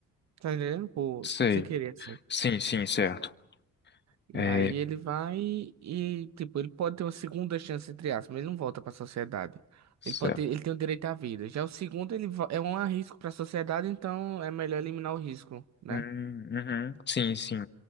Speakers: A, on the right (about 60°); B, on the left (about 35°).
A: Tá entendendo? Por,
B: sei.
A: sem querer, assim.
B: Sim, sim, certo.
A: E
B: É,
A: aí ele vai e, tipo, ele pode ter uma segunda chance, entre aspas, mas ele não volta pra sociedade.
B: certo.
A: Ele pode ter- ele tem o direito à vida. Já o segundo, ele vo- é um risco pra sociedade, então é melhor eliminar o risco, né?
B: Hum, uhum, sim, sim.